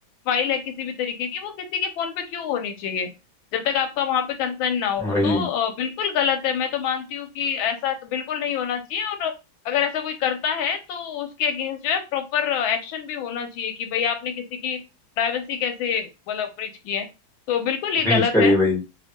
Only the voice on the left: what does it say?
फाइल है किसी भी तरीके की वो किसी के फोन पे क्यों होनी चाहिए जब तक आपका वहां पे कंसर्न ना हो
तो अ, बिल्कुल गलत है मैं तो मानती हूँ कि ऐसा तो बिल्कुल नहीं होना चाहिए और अगर ऐसा कोई करता है तो उसके अगेंस्ट जो है प्रॉपर एक्शन भी होना चाहिए कि भाई आपने किसी की प्राइवेसी कैसे मतलब ब्रीच की है तो बिल्कुल ये
गलत
है